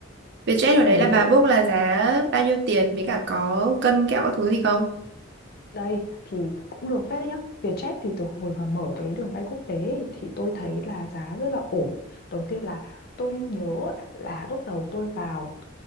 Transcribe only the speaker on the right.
Vietjet ở đấy
là bà book là giá bao nhiêu tiền với cả có cân kẹo các thứ gì không?